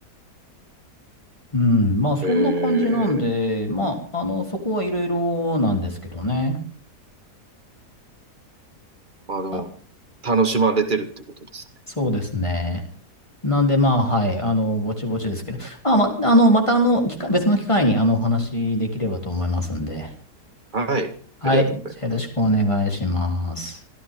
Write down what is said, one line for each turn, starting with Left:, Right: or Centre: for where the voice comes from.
Left: うん、まあそんな感じなんで、
Right: ええ
Left: まあ、あの、そこはいろいろなんですけどね。
Right: まあでも、
Left: あ、
Right: 楽しまれてるってことですね。
Left: そうですね。なんでまあ、はい、あの、ぼちぼちですけど、まあ、ま、あの、またあの、機会別の機会にあの、お話しできればと思いますんで。
Right: はい、
Left: はい、
Right: ありがとうございます。
Left: じゃあよろしくお願いします。